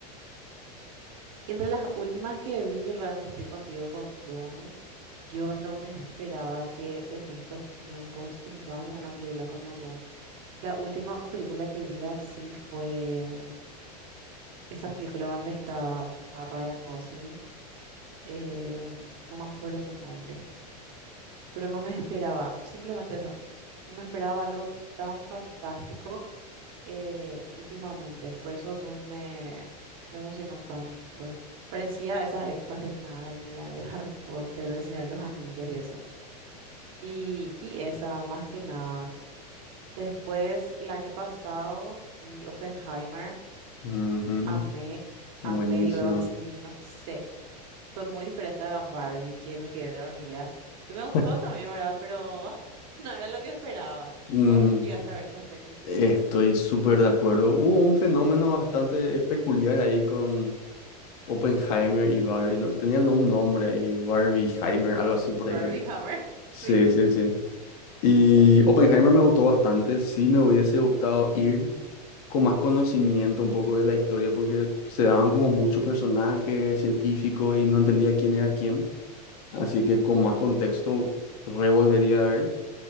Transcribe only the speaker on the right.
Y entre las últimas que vi, realmente estoy contigo con Dune. Yo no me esperaba que en estos tiempos tengamos una película como Dune. La última película que vi así fue mm, esa película donde estaba Ryan Gosling. eh, no me acuerdo su nombre, pero no me esperaba, simplemente eso, no me esperaba algo tan fantástico eh, últimamente. Por eso Dune me, me emocionó tanto. Parecía esas épocas de Narnia, de Harry Potter, del Señor de los Anillos y eso. Y, y esa, más que nada. Después, el año pasado, vi Oppenheimer,
amé,
amé luego así, no sé. Fue muy diferente a Barbie, que me quedé dormida. Que me gustó
también, ¿verdad? Pero <laughs> no era lo que esperaba.
¿Y vos llegaste a ver esa peli?
Barbie
Hammer, <laughs> sí.